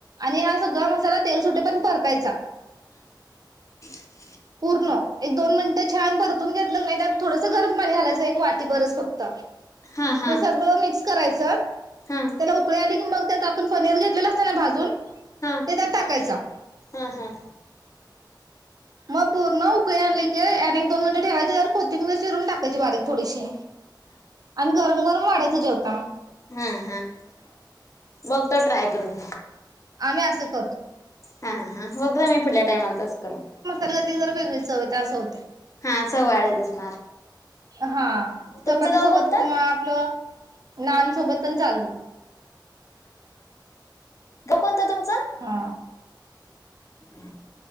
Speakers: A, on the right; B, on the left.
A: आणि हा गरम मसाला टे पण परतायचा
B: ह
A: पूर्ण एक दोन मिनिटं छान परतून घेतलं नाही त्यात थोडंस गरम पाणी घालायचं एक वटी बरच फक्त
B: हा हा
A: ते सगळं मिक्स करायचं
B: हा हा
A: त्याला उकळी आली की मग त्यात आपण पनीर घेतलेला असते ना भाजून
B: हा
A: ते त्यात टाकायचा
B: हा हा
A: मग पूर्ण उकळी आणली की अनेक दोन मिनिटं ठेवायचे तर कोथिंबीर चिरून टाकायची बारीक थोडीशी आणि गरम गरम वाढा जवतना
B: हम् हम बघतो ट्राय करून
A: आम्ही असं करतो
B: हा ह हा बघदा मी पुुढल्या टाइमाला तच करू
A: घातली ज वेगळी चव असं होते
B: हा चव्हाळ्यात असणार
A: हा
B: तुमचं
A: चपाती
B: गाव
A: सोबत
B: कोणतं
A: किंवा आपलं नामसोबत संचालू
B: कोणता तुमच
A: हा
B: ह